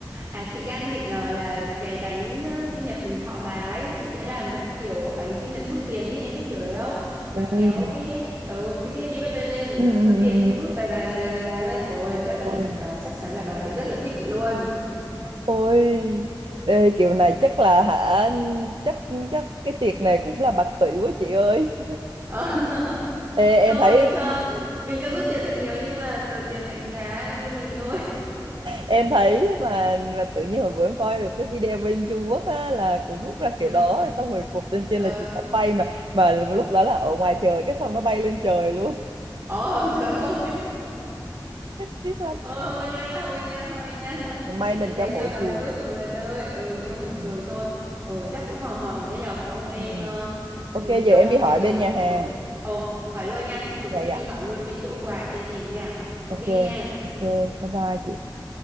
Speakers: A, on the right; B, on the right.
A: À chị đang định ờ, là cái bánh ờ, sinh nhật mừng thọ bà ấy, chị sẽ làm dạng kiểu bánh sinh nhật rút tiền ấy, em biết kiểu đấy không? Mà
B: Ôi,
A: kéo cái he- ờ, cái chữ happy birthday lên mà
B: ừ,
A: nó
B: ừ,
A: cũng
B: ừ.
A: có tiền nó rút dài dài dài dài dài dài đấy. Ôi chắc
B: ôi,
A: là chị đoán chắc chắn là bà sẽ rất là thích luôn.
B: ôi. Đây, kiểu này chắc là hả chắc chắc cái tiệc này cũng là bạc tỷ quá chị ơi
A: Ờ. <laughs>
B: Ê,
A: Không
B: em thấy
A: mình cho mình cho rút tiền thật nhiều nhưng mà tờ tiền mệnh giá 50.000 thôi. <laughs>
B: em thấy mà là tự nhiên hồi bữa em coi được cái video bên Trung Quốc á, là cũng rút ra
A: Ừ.
B: kiểu đó rồi xong rồi cột lên trên
A: Ờ.
B: là chụp cọc bay mà mà lúc đó là ở ngoài trời cái xong nó bay lên trời luôn <laughs>
A: Ồ trời ơi.
B: chắc tiếc lắm
A: Ôi thôi nha, thôi nha, thôi nha.
B: Mà may
A: <laughs>
B: mình
A: Lần này
B: trong hội
A: cho bà
B: trường
A: rút về về tôi, ừ mình trong
B: ừ.
A: hội
B: Ừ.
A: trường thôi. Ồ chắc cũng hòm hòm rồi đấy nhở. Xong em
B: ừ.
A: ờ,
B: ok
A: ừ,
B: giờ
A: sau
B: em đi hỏi
A: bây giờ
B: bên nhà hàng
A: ồ ồ hỏi luôn nha, chị cũng
B: dạ
A: sẽ
B: dạ
A: đi hỏi luôn bên chỗ quà kia xem thế nào. Ok
B: ok
A: nha.
B: ok bye bye chị